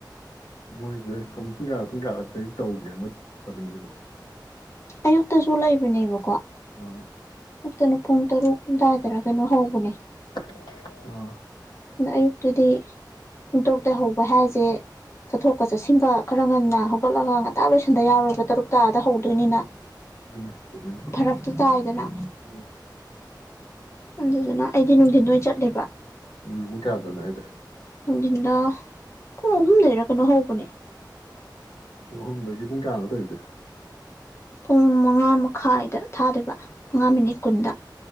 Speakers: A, on the left; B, on the left.
A: ꯃꯣꯏꯁꯦ ꯀ ꯄꯨꯡ ꯀꯌꯥ ꯄꯨꯡ ꯀꯌꯥ ꯗꯩ ꯇꯧꯒꯦ ꯃꯣꯏ ꯀꫭꯁꯤꯡꯁꯤꯕꯨ
B: ꯑꯥꯌꯨꯛꯇꯖꯨ ꯂꯩꯕꯅꯦꯕ
A: ꯑ
B: ꯑꯌꯨꯛꯇꯅ ꯄꯨꯡ ꯇꯔꯨꯛ ꯑꯗꯥꯏꯗꯔ ꯀꯩꯅꯣ ꯍꯧꯕꯅꯦ
A: ꯑ
B: ꯑꯗꯨꯗ ꯑꯌꯨꯛꯇꯗꯤ ꯄꯨꯡ ꯇꯔꯨꯛꯇ ꯍꯧꯕ ꯍꯥꯏꯁꯦ ꯆꯠꯊꯣꯛꯀ ꯆꯠꯁꯤꯟꯒ ꯈꯔ ꯉꯟꯅ ꯍꯧꯒꯠꯂꯒ ꯉꯇꯥ ꯂꯣꯏꯁꯟꯗ ꯌꯥꯎꯔꯣꯏꯕ ꯇꯔꯨꯛ ꯇꯥꯗ ꯍꯧꯗꯣꯏꯅꯤꯅ
A: ꯍꯣꯏꯅꯦ ꯆꯨꯝꯃꯤꯅꯦ
B: ꯐꯔꯛꯇꯨ ꯇꯥꯏꯗꯅ
A: ꯎꯝ
B: ꯑꯗꯨꯗꯨꯅ ꯑꯩꯗꯤ ꯅꯨꯡꯊꯤꯟꯗꯣꯏ ꯆꯠꯂꯦꯕ
A: ꯎꯃ ꯀꯌꯥꯗꯅꯥꯏꯁꯦ
B: ꯅꯨꯡꯊꯤꯟꯗ ꯄꯨꯡ ꯑꯍꯨꯝꯗꯔ ꯀꯩꯅꯣ ꯍꯧꯕꯅꯦ
A: ꯄꯨꯡ ꯑꯍꯨꯝꯗꯒꯤ ꯄꯨꯡ ꯀꯌꯥꯃꯣꯠꯇꯧꯔꯤꯁꯦ
B: ꯄꯨꯡ ꯃꯉꯥ ꯃꯈꯥꯏꯗ ꯊꯥꯗꯕ ꯃꯉꯥ ꯃꯤꯅꯤꯠ ꯀꯨꯟꯗ